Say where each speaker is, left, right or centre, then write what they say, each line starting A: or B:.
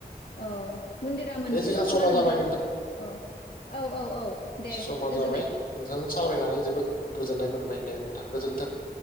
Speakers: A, on the left; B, on the left.
A: औ मन्दिरा मोनसेल'
B: दे जोंहा
A: नङा
B: समा
A: नोंथां
B: जाबाय
A: औ औ औ औ दे
B: समा
A: गोजोननाय
B: जाबाय नोंथांजों सावरायनानै जोबोद गोजोननाय मोनबाय दे नोंथां गोजोन्थों ।